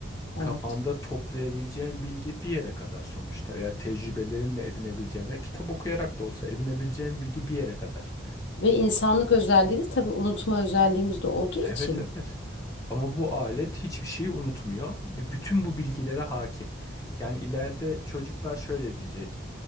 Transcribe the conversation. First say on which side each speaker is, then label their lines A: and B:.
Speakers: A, on the left; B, on the left.
A: evet.
B: kafanda toplayabileceğin bilgi bir yere kadar sonuçta veya tecrübelerinle edinebileceğin ve kitap okuyarak da olsa edinebileceğin bilgi bir yere kadar.
A: Ve insanlık özelliği de tabii unutma özelliğimiz de olduğu
B: Evet
A: için.
B: evet. Ama bu alet hiçbir şeyi unutmuyor ve bütün bu bilgilere hakim. Yani ileride çocuklar şöyle diyecek.